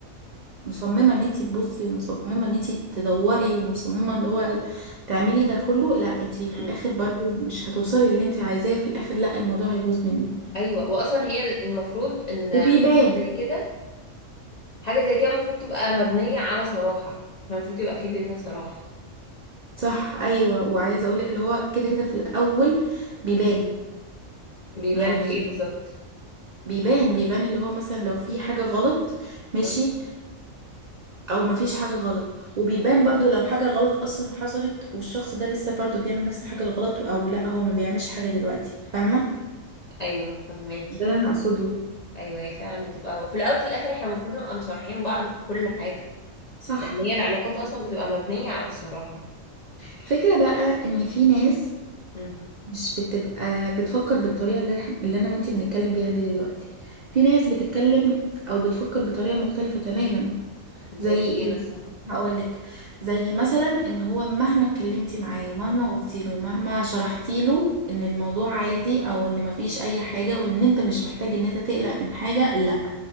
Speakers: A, on the right (about 80°); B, on the left (about 60°).
A: مصممة ان انتي تبصي ومصممة ان انتي تدوري ومصممة اللي هو ال- تعملي ده كله لا انتي
B: مم.
A: في الاخر برضه مش هتوصلي اللي انتي عايزاه في الاخر لا الموضوع هيبوظ منك
B: ايوه واصلا هي المفروض ان
A: وبيبان
B: حاجة زي كده حاجة زي كده المفروض تبقى مبنية على صراحة احنا المفروض يبقى في بينا صراحة
A: صح ايوه وعايزه اقولك اللي هو كده كده في الاول بيبان
B: بيبان
A: يعني
B: في ايه بالظبط
A: بيبان بيبان اللي هو مثلا لو في حاجه غلط ماشي
B: آه.
A: او مفيش حاجه غلط وبيبان برضو لو حاجه غلط اصلا حصلت والشخص ده لسه برضو بيعمل نفس الحاجه الغلط او لا هو ما بيعملش حاجه دلوقتي فاهمه
B: ايوه فهماكي
A: ده اللي انا اقصده
B: ايوه هي فعلا بتبقى وفي الاول وفي الاخر احنا المفروض نبقى مصارحين بعض بكل حاجة
A: صح
B: لان هي العلاقات اصلا بتبقى مبنية على الصراحة
A: الفكرة بقى ان في ناس
B: امم
A: مش بتبقى بتفكر بالطريقة اللي, احنا اللي انا وانتي بنتكلم بيها دي دلوقتي في ناس بتتكلم او بتفكر بطريقة مختلفة تماما
B: زي
A: زي ايه
B: ايه مثلا
A: هقولك زي مثلا ان هو مهما اتكلمتي معاه ومهما قلتي له ومهما شرحتي له ان الموضوع عادي او ان مفيش اي حاجة وان انت مش محتاج ان انت تقلق من حاجة لا